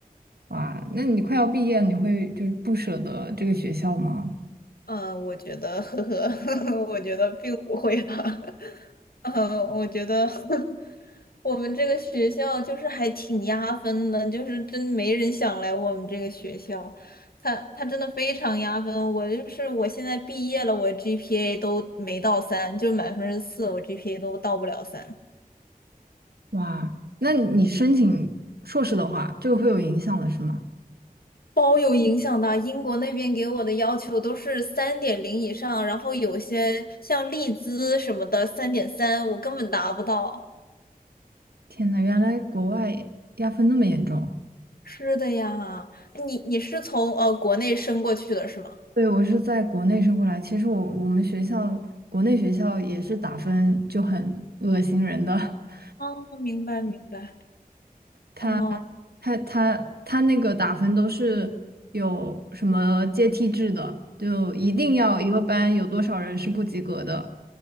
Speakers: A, on the right; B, on the left.
A: 哇，那你快要毕业了，你会就是不舍得这个学校吗？
B: 嗯，我觉得，呵呵，<laughs> 我觉得并不会吧。呃，我觉得 <laughs> 我们这个学校就是还挺压分的，就是真没人想来我们这个学校。他他真的非常压分，我就是我现在毕业了，我 GPA 都没到三，就满分是四，我 GPA 都到不了三，
A: 哇，那你申请硕士的话，这个会有影响的是吗？
B: 包有影响的。英国那边给我的要求都是三点零以上，然后有些像利兹什么的三点三，我根本达不到。
A: 天呐，原来国外压分那么严重。
B: 是的呀，你你是从呃国内升过去的是吗？
A: 对，我是在国内升过来，其实我我们学校国内学校也是打分就很恶心人的。<laughs>
B: 哦，明白明白。
A: 他
B: 哦，
A: 他他他那个打分都是有什么阶梯制的，就一定要一个班有多少人是不及格的，